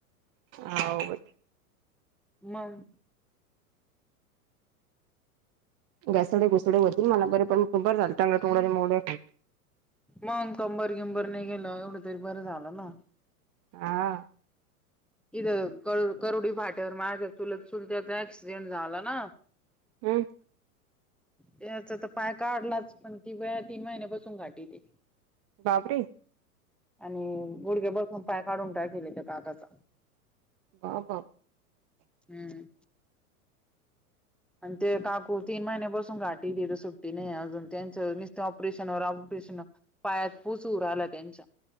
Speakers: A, on the right (about 35°); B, in the centre.
A: हाव बाई.
B: मग!
A: घासलय घुसलय वरती पण मला बरे पण तंगडं तुंगडं नाही मोडल.
B: मंग कंबर गीबर नाही गेलं एवढं तरी बरं झालं ना.
A: हा!
B: इथं करुडी फाट्यावर माझ्या चुलत चुलत्याचा ऍक्सिडेंट झाला ना.
A: हम्म!
B: त्याचा तर पाय काढलाच पण ती बया तीन महिन्यापासून गाठीती.
A: बापरे!
B: आणि गुडघ्या पसन पाय काढून टाकिले त्या काकाचा.
A: हा बा
B: हम्म! आणि ते काकू तीन महिन्यापासून गाठी तिथ सुट्टीने अजून त्यांच नुसत ऑपरेशनवर ऑपरेशन पायात पूच होऊ राहिला त्यांच्या.